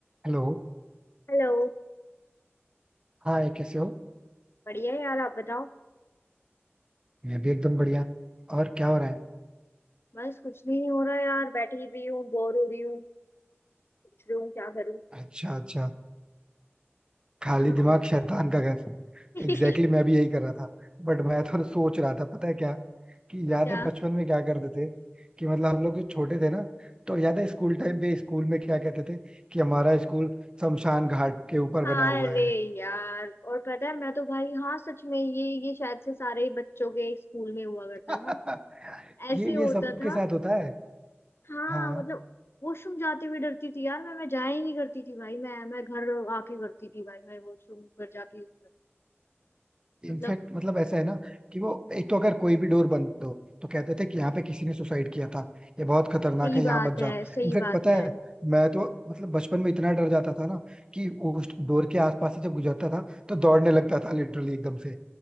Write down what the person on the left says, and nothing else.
हेलो
बढ़िया है यार आप बताओ
बस कुछ भी नहीं हो रहा यार बैठी हुई हूँ बोर हो रही हूँ सोच रही हूँ क्या करूँ
हाँ
<laughs>
क्या
अरे
यार और पता है मैं तो भाई हाँ सच में ये ये शायद से सारे ही बच्चों के स्कूल में हुआ करता
था ऐसे
होता
था
हाँ
मतलब वॉशरूम जाते हुए डरती थी यार मैं मैं जाया ही नहीं करती थी भाई मैं मैं घर आके करती थी भाई मैं वॉशरूम पर जाके use करती-
मतलब
सही
बात
है
सही
बात
है